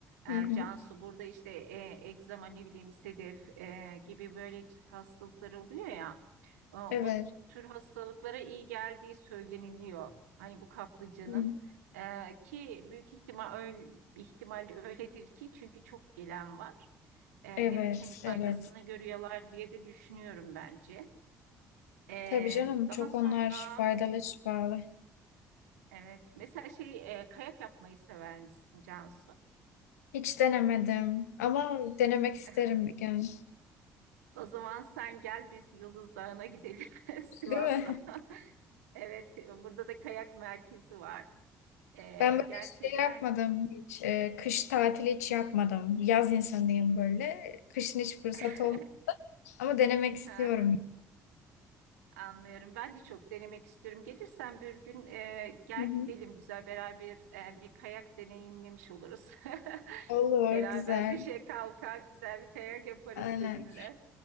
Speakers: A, on the right; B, on the left.
A: E,
B: Hı hı.
A: Cansu burada işte e, egzama ne bileyim sedef e, gibi böyle cilt hastalıkları oluyor ya E, o
B: Evet.
A: tür hastalıklara iyi geldiği söyleniliyor. Hani bu kaplıcanın
B: Hı.
A: E, ki büyük ihtimal öyle, ihtimalle öyledir ki çünkü çok gelen var. E,
B: Evet,
A: demek ki hani faydasını
B: evet.
A: görüyorlar diye de düşünüyorum bence. E,
B: Tabii canım
A: daha
B: çok
A: sonra
B: onlar faydalı, şifalı.
A: evet mesela şey e, kayak yapmayı sever misin Cansu?
B: Hiç denemedim ama denemek isterim
A: <laughs>
B: bir gün.
A: O zaman sen gel biz Yıldız Dağı'na gidelim <laughs> Sivas'ta.
B: Değil mi? <laughs>
A: <laughs> Evet, burada da kayak merkezi var. Ee,
B: Ben böyle
A: gerçekten
B: şey yapmadım hiç. E, kış tatili hiç yapmadım. Yaz insanıyım böyle. Kışın hiç fırsat
A: <laughs>
B: olmadı. Ama denemek istiyorum.
A: Aha, anlıyorum. Ben de çok denemek istiyorum. Gelirsen bir gün e, gel
B: Hı hı.
A: gidelim güzel beraber e, bir kayak deneyimlemiş oluruz. <laughs>
B: Olur,
A: Beraber
B: güzel.
A: düşe kalka güzel bir kayak yaparız
B: Aynen.
A: seninle.